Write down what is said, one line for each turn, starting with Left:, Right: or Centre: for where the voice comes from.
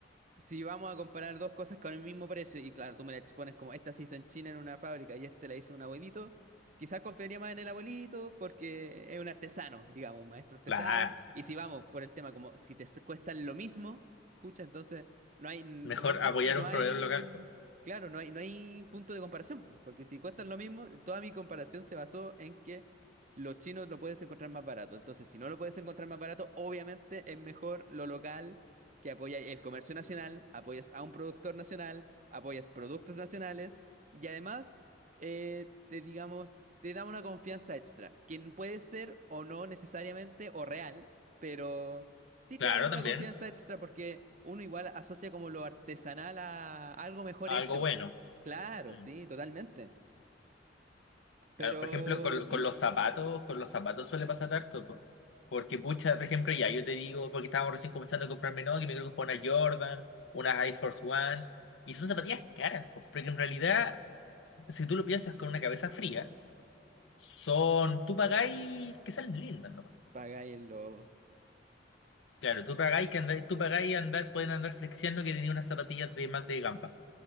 Right: si vamos a comparar dos cosas con el mismo precio, y claro, tú me la expones como esta se hizo en China en una fábrica y este la hizo un abuelito, quizás confiaría más en el abuelito porque es un artesano, digamos, un maestro artesano.
Left: Claro,
Right: Y si vamos por el tema, como si te s- cuestan lo mismo, pucha, entonces no hay, n-
Left: mejor
Right: realmente
Left: apoyar
Right: no
Left: a un
Right: hay,
Left: proveedor local. po.
Right: claro, no hay, no hay punto de comparación, po, porque si cuestan lo mismo, toda mi comparación se basó en que los chinos lo puedes encontrar más barato. Entonces, si no lo puedes encontrar más barato, obviamente es mejor lo local que apoya el comercio nacional, apoyas a un productor nacional, apoyas productos nacionales y además eh, te digamos, te da una confianza extra, que puede ser o no necesariamente o real, pero sí
Left: Claro,
Right: te da como
Left: también.
Right: una confianza extra porque uno igual asocia como lo artesanal a algo mejor
Left: Algo
Right: hecho.
Left: bueno.
Right: Claro,
Left: Mm.
Right: sí, totalmente. Pero
Left: Claro, por ejemplo, con, con
Right: ¿Mm?
Left: los zapatos, con los zapatos suele pasar harto, po. Porque, pucha, por ejemplo, ya yo te digo, porque estábamos recién comenzando a comprarme, no, que me quiero comprar una Jordan, una Air Force One, y son zapatillas caras, po, porque en realidad, si tú lo piensas con una cabeza fría, son, tú pagáis que salen lindas no
Right: pagáis el logo.
Left: Claro, tú pagáis que andar, tú pagáis andar, pueden andar flexiando que tenía unas zapatillas de más de gamba,